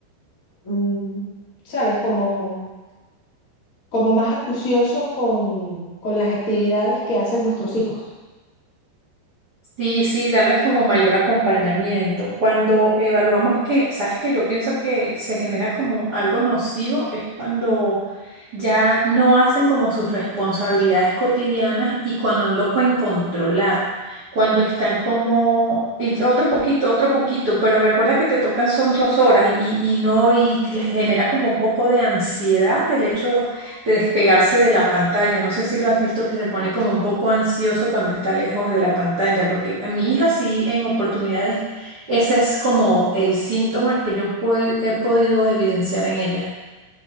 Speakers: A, on the left; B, on the right.
A: mm, ¿sabes? Como como más acucioso con, con las actividades que hacen nuestros hijos.
B: Sí, sí, darles como mayor acompañamiento. Cuando evaluamos que, sabes que yo pienso que se genera como algo nocivo, es cuando ya no hacen como sus responsabilidades cotidianas y cuando no lo pueden controlar, cuando están como, y ya otro poquito, otro poquito, pero recuerda que te tocan son dos horas y, y no, y que les genera como un poco de ansiedad el hecho de despegarse de la pantalla. No sé si lo has visto que se pone como un poco ansioso cuando está lejos de la pantalla, porque a mi hija sí en oportunidades ese es como el síntoma que yo po- he podido evidenciar en ella.